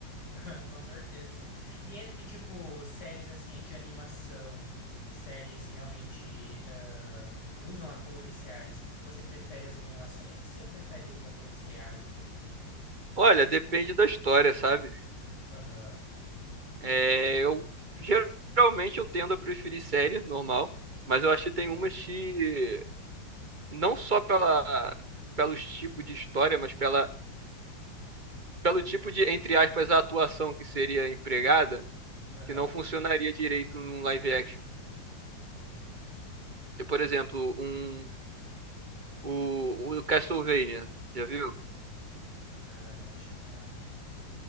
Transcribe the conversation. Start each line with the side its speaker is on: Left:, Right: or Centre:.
Left: <laughs> com certeza. E entre, tipo, séries, assim, de animação e séries realmente ah, que usam atores reais, você prefere as animações ou você prefere os atores reais mesmo?
Right: Olha, depende da história, sabe?
Left: Aham.
Right: É, eu geralmente eu tendo a preferir série normal, mas eu acho que
Left: Aham.
Right: tem umas que não só pela, pelos tipos de história, mas pela, pelo tipo de, entre aspas, atuação que seria empregada,
Left: Aham.
Right: que não funcionaria direito num live action.
Left: Entendi.
Right: Por exemplo, um, o, o Castlevania, já viu?
Left: Cara, eu acho que não, hein?